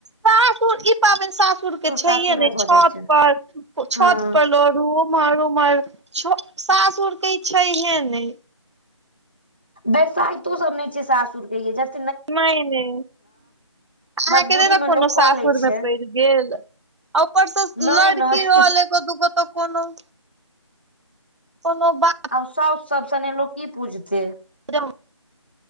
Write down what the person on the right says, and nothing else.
सासुर ई पाबनि सासुर के छैये
ने,
छत
पर छत
पर लोड़ू। उमहर -उमहर छ सासुर के इ छैहे ने।
नै- नै। अहाँके
नै ने
कोनो
सासुरमे
पड़ि गेल? ऊपर से
लड़की
रहल एगो दूगो तऽ कोनो कोनो बात
<inaudible>